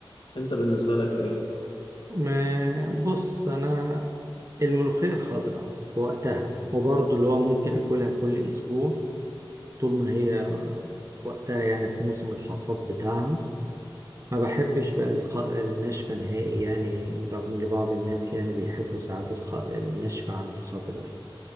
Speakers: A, on the left; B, on the right.
A: انت بالنسبة لك ايه
B: ما بص انا الملوخيه الخضراء في وقتها وبرضه اللي هو ممكن اكلها كل اسبوع طول ما هي في وقتها يعني في موسم الحصاد بتاعها ما بحبش بقى الخ... الناشفه نهائي يعني رغم ان بعض الناس يعني بيحبوا ساعات الخ... الناشفه عن الخضراء يعني.